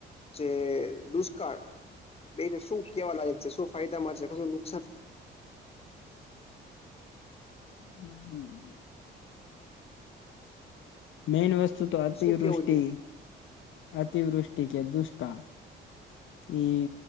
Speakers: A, on the left; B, on the left.
A: જે દુષ્કાળ એને શું કેવા લાગે છે શું ફાયદામાં છે કશું નું
B: હ હમ. મેન વસ્તુ તો અતિવૃષ્ટિ
A: શું કેવું
B: અતિવૃષ્ટિ કે દુષ્કાળ. ઈ